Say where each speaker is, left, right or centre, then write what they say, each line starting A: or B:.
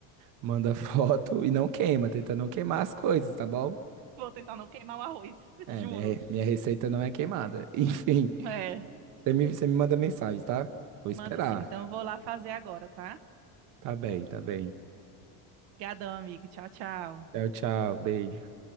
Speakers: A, on the right; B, on the right.
A: Manda <laughs> foto e não queima, tenta não queimar as coisas, tá bom?
B: Vou tentar não queimar o arroz, <laughs>
A: É,
B: juro.
A: minha, minha receita não é queimada. <laughs> Enfim,
B: É,
A: você me, você me manda mensagem, tá? Vou esperar.
B: mando sim. Então eu vou lá fazer agora, tá?
A: Tá bem, tá bem.
B: Tá, amigo. Tchau, tchau.
A: Tchau, tchau. Beijo.